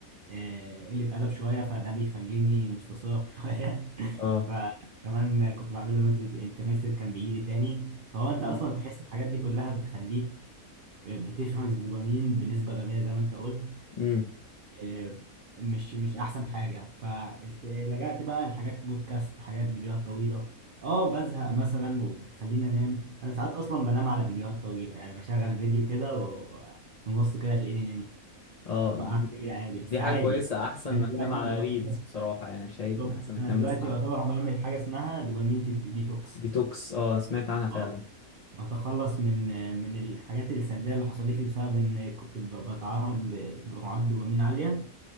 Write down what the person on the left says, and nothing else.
اه
امم
امم
اه
دي
حاجة كويسة احسن
ما
تنام على
ريلز بصراحة يعني شايف
ان احسن ما
تنام
مثلا على
ديتوكس اه سمعت عنها فعلا